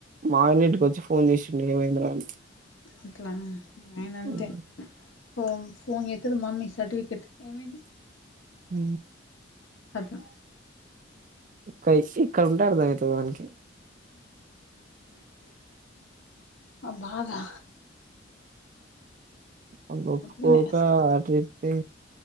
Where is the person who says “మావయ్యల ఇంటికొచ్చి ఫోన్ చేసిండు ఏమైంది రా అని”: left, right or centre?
Right